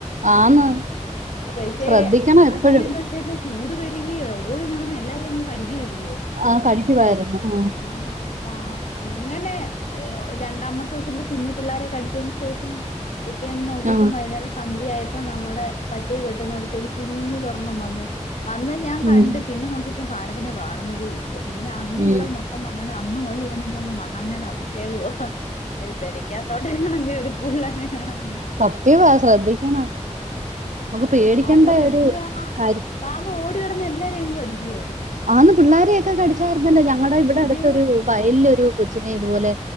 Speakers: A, on the right (about 80°); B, on the left (about 70°).
A: ആന്ന്
B: ആഹ് പക്ഷേ
A: ശ്രദ്ധിക്കണം
B: ആ
A: എപ്പോഴും
B: സമയം ന്തെ വച്ചാല് ചൂട് പരിക്യോ ഓടി നടന്ന് എല്ലാരേം അങ്ങ് കടിക്കുവല്ലയോ
A: ആഹ് കഴിക്കുവായിരുന്നു ആഹ്
B: ആഹ്ആഹ് പ്പ ആഹ് അങ്ങനെ എഹ് രണ്ടാമത്തെസം എന്റെ കുഞ്ഞു പിള്ളേരെ കടിച്ചതിന് ശേഷം പിറ്റേന്ന് നോക്കിയപ്പോം
A: ആ
B: വൈന്നേര സന്ധ്യയപ്പോ നമ്മുടെ പട്ടി കെട്ടുന്നടുത്തൊരു കുഞ്ഞുതൊർണം വന്ന് വന്ന് ഞാൻ കണ്ട്
A: ഉം.
B: പിന്നെ നോക്കിയപ്പോ സാധനത്തിനെ കാണുന്നതും ഇല്ല. പിന്നെ അന്ന്
A: ഉം.
B: വിടെ മൊത്തം മണ്ണെണ്ണ അന്ന് മൊതല് ഞാനീ <unintelligible> മണ്ണെണ്ണെടെ അഭിഷേകവുആ നി പെരക്കാത്തോട്ടേ കാണൻ കേറി പുള്ളന്നേ കാണാ
A: സത്യവാ
B: നിക്കുന്നടുത്
A: ശ്രദ്ധിക്കണം
B: കാണ
A: നമുക്ക് പേടിക്കേണ്ട
B: അതോ എന്തുവാണോ
A: ഒരു കാര്യം
B: പാമ്പോ ഓടി നടന്ന് എല്ലാരേം കടിക്കുവായിരുന്നു
A: ആന്ന് പിള്ളാരെയൊക്കെ കടിച്ചായിരുന്നല്ലോ ഞങ്ങളടെ ഇവിടെ
B: പിന്നെ
A: അടുത്തൊരു വയലിലൊ ഒരു കൊച്ചിനെ ഇതുപോലെ